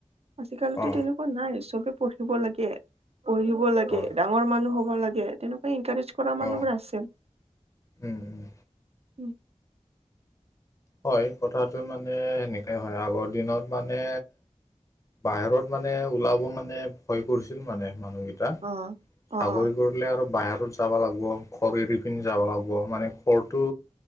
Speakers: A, on the right; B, on the left.
A: আজিকালিটো
B: অ
A: তেনেকুৱা নাই। চবে পঢ়িব লাগে, পঢ়িব লাগে,
B: হয়
A: ডাঙৰ মানুহ হ'ব লাগে, তেনেকুৱা ইনকাৰেজ কৰা মানুহবোৰ
B: অ
A: আছে।
B: উম উম।
A: উম।
B: হয়, কথাটো মানে সেনেকাই হয়। আগৰ দিনত মানে বাহিৰত মানে, ওলাব মানে, ভয় কৰিছিল মানে মানুহকেইটা
A: অ',
B: চাকৰি
A: অ', অ'।
B: কৰো আৰু বাহিৰত যাব লাগিব, ঘৰ এৰি পিনি যাব লাগিব। মানে ঘৰটো